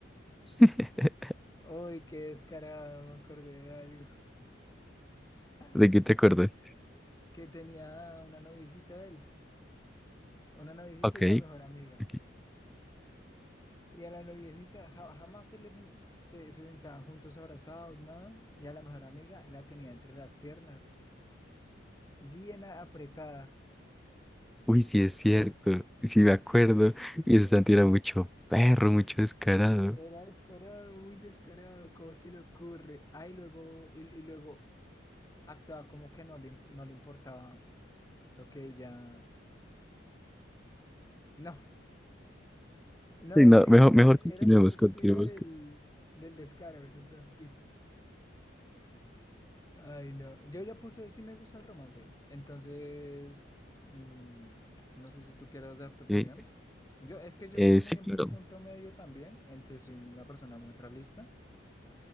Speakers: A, in the centre; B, on the left.
A: <laughs>
B: uy, qué descarado, me acordé de algo. <laughs>
A: ¿De qué te acordaste?
B: Que tenía una noviecita él, una noviecita
A: Ok.
B: y una mejor amiga.
A: ok.
B: Y a la noviecita ja- jamás se les en- se, se sentaban juntos abrazados, nada. Y a la mejor amiga la tenía entre las piernas, bien a- apretada.
A: Uy, sí es cierto. Sí me acuerdo.
B: <laughs> Puta,
A: Y ese Santi era mucho perro, mucho descarado.
B: Era descarado, muy descarado, ¿cómo se le ocurre? Ay, luego, y, y luego actuaba como que no le, im- no le importaba lo que ella. No, no,
A: Sí,
B: e-
A: no, mejor,
B: e- era,
A: mejor
B: era
A: continuemos,
B: la cúspide
A: continuemos. con-
B: del, del descaro, eso es Santi. Ay, no. Yo ya puse, sí me gusta el romance. Entonces, mm, no sé si tú quieras dar tu opinión.
A: Eh,
B: Yo, es que yo
A: eh,
B: soy muy
A: sí,
B: en
A: claro.
B: un punto medio también, entre soy una persona muy realista,